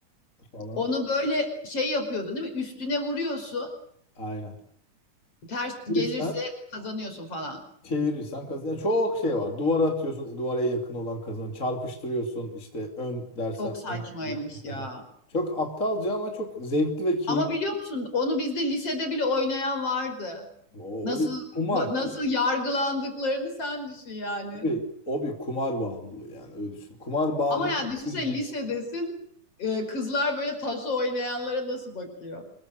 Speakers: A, on the left; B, on the left.
A: falan.
B: Onu böyle şey yapıyordun değil mi? Üstüne vuruyorsun.
A: Aynen.
B: Ters gelirse
A: Bir sen?
B: kazanıyorsun falan.
A: Çevirirsen kazan. Yani çok şey var. Duvara atıyorsun. e, Duvara en yakın olan kazan. Çarpıştırıyorsun. işte ön dersen
B: Çok saçmaymış
A: ön kazan.
B: ya.
A: Çok aptalca ama çok zevkli ve keyifli.
B: Ama biliyor musun? Onu bizde lisede bile oynayan vardı.
A: O,
B: Nasıl
A: o bir kumar.
B: ba-
A: kumar.
B: nasıl yargılandıklarını sen düşün yani.
A: O bir, o bir kumar bağımlılığı yani öyle düşün. Kumar bağımlılığı
B: Ama ya düşünsene
A: 101.
B: lisedesin. e, kızlar böyle taso oynayanlara nasıl bakıyor?